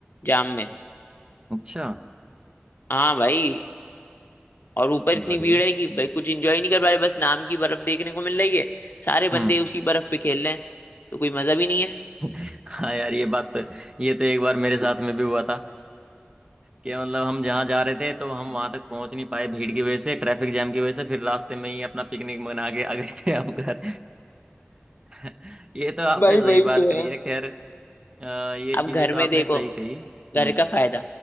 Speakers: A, on the left; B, on the right.
A: जाम में
B: अच्छा
A: हाँ भाई और ऊपर इतनी
B: बढ़िया
A: भीड़ है कि भाई कुछ एंजॉय नहीं कर पा रहे बस नाम की बर्फ देखने को मिल रही है सारे
B: हम्म
A: बंदे उसी बर्फ पे खेल रहे हैं तो कोई मजा भी नहीं है
B: <laughs> हाँ यार ये बात तो ये तो एक बार मेरे साथ में भी हुआ था कि मतलब हम जहाँ जा रहे थे तो हम वहां तक पहुंच नहीं पाए भीड़ की वजह से ट्रैफिक जाम की वजह से फिर रास्ते में ही अपना पिकनिक मना के आ गए थे हम घर <laughs> ये तो आपने
A: भाई
B: सही
A: वही
B: बात
A: तो
B: कही
A: है
B: है खैर अ, ये
A: अब
B: चीजें
A: घर
B: तो
A: में
B: आपने
A: देखो
B: सही कही हम्म
A: घर का फायदा